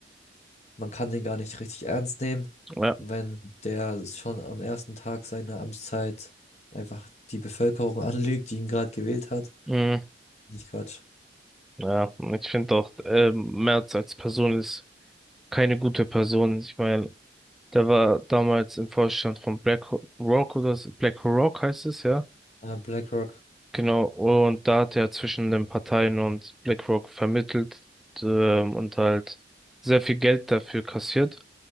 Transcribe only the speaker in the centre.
ja,
mhm.
Ja, und ich finde auch, ähm, Merz als Person ist keine gute Person. Ich meine, der war damals im Vorstand von BlackRock oder so- BlackRock heißt es, ja.
Genau, und da hat er zwischen den Parteien und BlackRock vermittelt, ähm, und halt sehr viel Geld dafür kassiert,